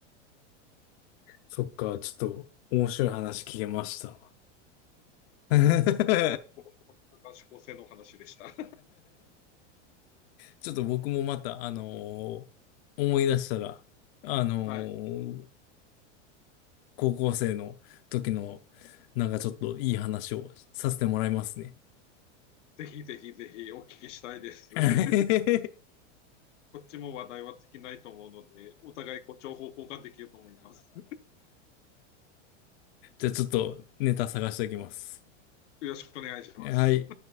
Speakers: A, on the left (about 55°); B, on the left (about 85°).
A: そっか、ちょっと面白い話聞けました。<laughs>
B: ここが指向性の話でした。<laughs>
A: ちょっと僕もまた、あのー思い出したら、あのー
B: はい。
A: 高校生の時の、なんかちょっといい話をさせてもらいますね。
B: ぜひぜひぜひお聞きしたいです。
A: <laughs>
B: <laughs>
A: じ
B: こっちも話題は尽きないと思うので、お互いこう情報交換できると思います。
A: ゃあちょっとネタ探しておきます。
B: よろしくお願いします。
A: はい。